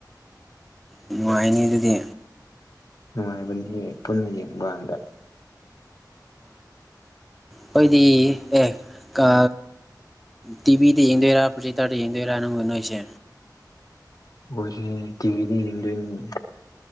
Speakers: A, in the centre; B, on the left.
A: ꯅꯨꯡꯉꯥꯏꯅꯤ ꯑꯗꯨꯗꯤ
B: ꯅꯨꯡꯉꯥꯏꯕꯅꯤꯍꯦ ꯄꯨꯟꯅ ꯌꯦꯡꯕ ꯀꯥꯟꯗ
A: ꯈꯣꯏꯗꯤ ꯑꯦ ꯀꯥ ꯇꯤꯚꯤꯗ ꯌꯦꯡꯗꯣꯏꯔꯥ ꯄ꯭ꯔꯣꯖꯦꯛꯇꯔꯗ ꯌꯦꯡꯗꯣꯏꯔꯥ ꯅꯪꯒ ꯅꯣꯏꯁꯦ
B: ꯈꯣꯏꯁꯦ ꯇꯤꯚꯤꯗ ꯌꯦꯡꯗꯣꯏꯅꯤꯅꯦ